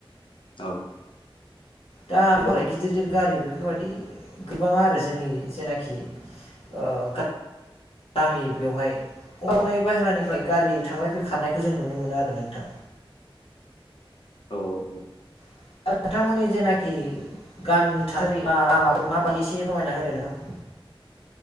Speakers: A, on the left (about 60°); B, on the left (about 80°).
A: औ।
B: दा गिदिर गिदिर गारि बेफोरबायदि गैबाङा आरो जोंनि जेनाखि ओ गामि बेवहाय। अ हनै बाहेरानिफ्राय गारि थांलाय फैलाय खारनायखौ जों नुनो मोनो आरो नोंथां।
A: औ औ।
B: <unintelligible> नोंथांमोननि जेनाखि गामिनि थासारि लामाफोरा माबायदि एसे रमायना होदो नों <inaudible>